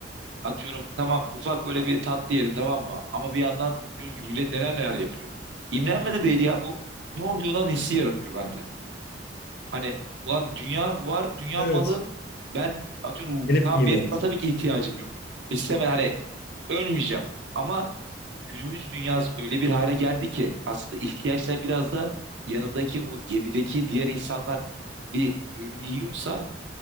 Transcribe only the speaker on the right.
atıyorum tamam ufak böyle bir tatlı yedim tamam mı? Ama bir yandan diyorum ki millet neler neler yapıyor. İmrenme de değil ya bu. Ne oluyor lan hissi yaratıyor bende. Hani ulan dünya var, dünya
malı. Ben atıyorum
tamam
benim buna tabii ki ihtiyacım yok. İstemem hani ölmeyeceğim. Ama günümüz dünyası öyle bir hale geldi ki aslında ihtiyaçlar biraz da yanındaki o gemideki diğer insanlar bir öğün yiyorsa